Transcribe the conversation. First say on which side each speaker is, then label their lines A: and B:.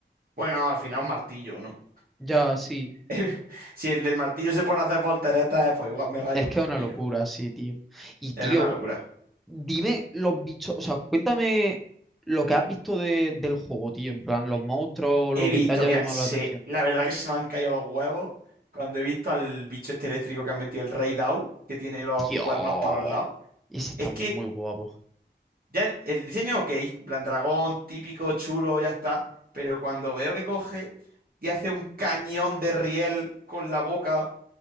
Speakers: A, on the right (about 55°); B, in the centre.
A: Bueno, al final un martillo, ¿no?
B: Ya, sí.
A: <laughs> Si el del martillo se pone a hacer volteretas, pues igual me rayo
B: Es
A: un
B: que
A: poquillo.
B: es una locura, sí, tío. Y tío,
A: Era una locura.
B: dime los bichos, o sea, cuéntame lo que has visto de- del juego, tío, en plan, los monstruos,
A: He
B: lo
A: visto,
B: que te haya
A: mira,
B: llamado
A: se,
B: la atención.
A: la verdad que se me han caído los huevos cuando he visto al bicho este eléctrico que han metido el Rey Dao, que tiene los
B: Tío,
A: cuernos para los lados.
B: ese está
A: Es
B: muy
A: que
B: guapo.
A: ya el, el diseño es ok, en plan dragón, típico, chulo, ya está. Pero cuando veo que coge y hace un cañón de riel con la boca